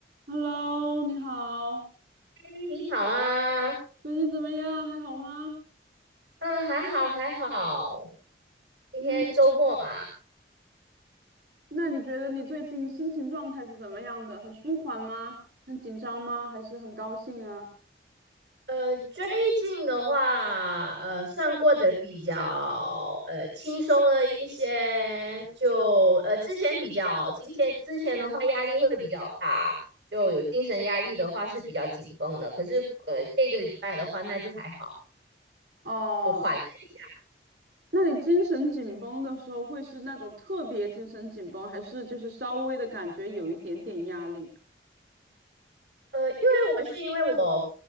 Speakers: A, on the right; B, on the right.
A: Hello，你好，
B: 哎你好啊，
A: 最近怎么样？还好吗？
B: 嗯，还好还好，今天周末嘛，
A: 嗯，那你觉得你最近心情状态是怎么样的？很舒缓吗？很紧张吗？还是很高兴啊？
B: 呃，最近的话，呃，算过得比较呃轻松了一些，就呃之前比较，今天之前的话压力会比较大，就有精神压力的话是比较紧绷的，可是呃这个礼拜的话那就还好，
A: 哦，
B: 就缓了。一
A: 那你精神紧绷的时候会是那种特别精神紧绷，还是就是稍微的感觉有一点点压力？
B: 呃，因为我是因为我